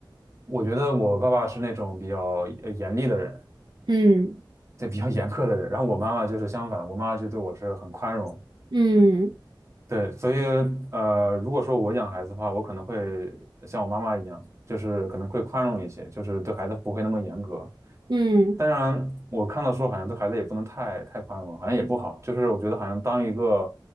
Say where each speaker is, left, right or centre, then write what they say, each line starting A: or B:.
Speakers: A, on the right; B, on the right.
A: 我觉得我爸爸是那种比较呃严厉的人，
B: 嗯
A: 对，比较严苛的人。然后我妈妈就是相反，我妈妈就对我是很宽容，
B: 嗯
A: 对，所以呃，如果说我养孩子的话，我可能会像我妈妈一样，就是可能会宽容一些，就是对孩子不会那么严格。
B: 嗯
A: 当然，我看到说好像对孩子也不能太太宽容，好像也不好。就是我觉得好像当一个